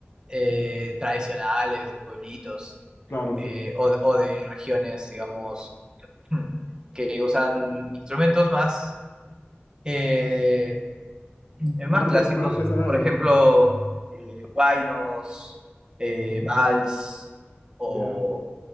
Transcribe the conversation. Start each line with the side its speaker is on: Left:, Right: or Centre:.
Right: eh, tradicionales de pueblitos
Left: Claro, sí,
Right: eh, o, de o de regiones, digamos, <clears throat> que usan instrumentos más eh, eh,
Left: más,
Right: más
Left: artes,
Right: clásicos,
Left: más artesanales,
Right: por ejemplo,
Left: ¿no?
Right: eh, huaynos, eh,
Left: Ujú,
Right: vals o,
Left: Ya,